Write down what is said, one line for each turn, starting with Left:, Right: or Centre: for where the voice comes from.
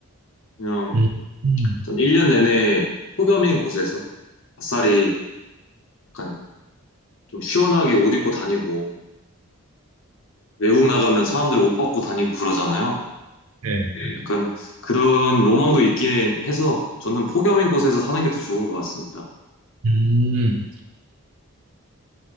Left: 그냥
Right: 음, 음,
Left: 전 1년 내내 폭염인 곳에서 아싸리 약간 좀 시원하게 옷 입고 다니고 외국 나가면 사람들 옷 벗고 다니고 그러잖아요.
Right: 네.
Left: 약간 그런 로망도 있긴 해서 저는 폭염인 곳에서 사는 게 더 좋은 것 같습니다.
Right: 음,